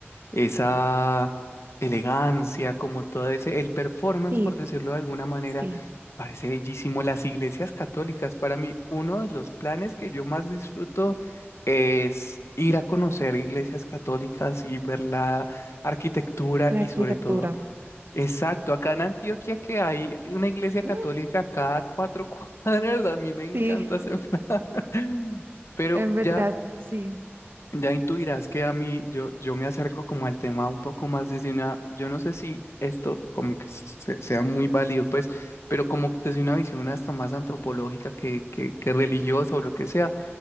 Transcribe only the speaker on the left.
Esa elegancia, como todo ese, el performance,
por decirlo de alguna manera,
parece bellísimo. Las iglesias católicas, para mí, uno de los planes que yo más disfruto es ir a conocer iglesias católicas y ver la arquitectura
y
sobre todo Exacto, acá en Antioquia que hay una iglesia católica
cada cuatro <laughs> cuadras, a mí me encanta
ese plan. <laughs> Pero
ya,
ya intuirás que a mí, yo, yo me acerco como al tema un poco más desde una, yo no sé si esto como que se- sea muy válido, pues, pero como desde una visión hasta más antropológica que, que, que religiosa o lo que sea